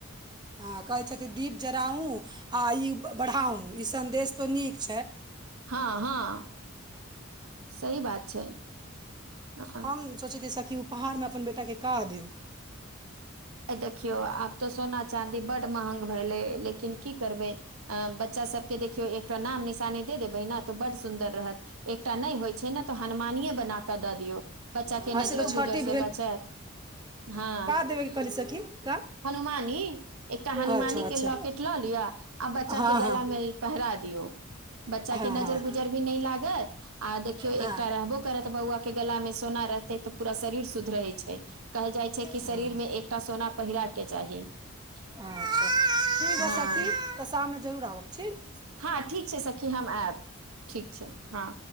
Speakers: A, on the right; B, on the right.
A: हँ कहै छथिन दीप जराउ आ आयु बढ़ाउ ई सन्देश तऽ नीक छै।
B: हऽ हऽ <inaudible> सही बात छै। हँ
A: हम सोचै छी सखी उपहार में अपन बेटा केँ का देब।
B: हे देखियो आब तऽ सोना चाँदी बड महंग भेले। लेकिन की करबे। अ बच्चा सबकेँ देखियौ एकटा नाम निशानी दे देबै न तऽ बड सुन्दर रहत। एकटा नै होइ छै न तऽ हनुमानि ए बना कऽ दऽ दियौ। बच्चा केँ
A: ऐसे
B: नजरो
A: तऽ छठि
B: गुजर स बचैत <inaudible> हँ।
A: देब कऽ कहली सखी का
B: हनुमानी। एकटा हनुमानी
A: अच्छा अच्छा
B: केँ लॉकेट लऽ लिअ आ बच्चा
A: हँ
B: केँ
A: हँ
B: गला में पहिरा दियौ। बच्चा
A: हँ
B: केँ नजर
A: हँ
B: गुजर भी नै लागत आ देखियौ
A: हँ
B: एकटा रहबो। करत बौआ केँ गला में सोना रहतै तऽ पूरा शरीर शुद्ध रहै छै कहल जाइ छै कि
A: हँ
B: शरीर मे एक ना पहिर केँ चाही।
A: अच्छा ठीक हइ
B: हँ
A: सखी तऽ शाम में जरूर आबव ठीक।
B: हँ ठीक छै सखी हम ऐब <inaudible> ठीक छै हँ।